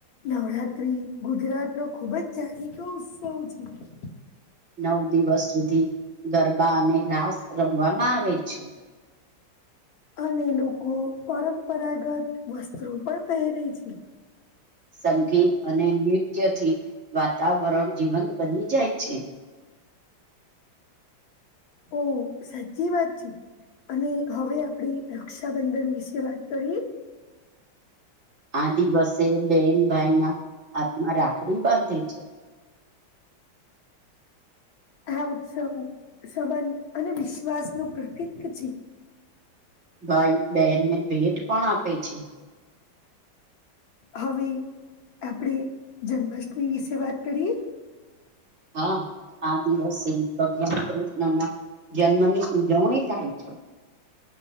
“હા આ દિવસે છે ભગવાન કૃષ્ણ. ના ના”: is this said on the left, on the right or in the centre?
Right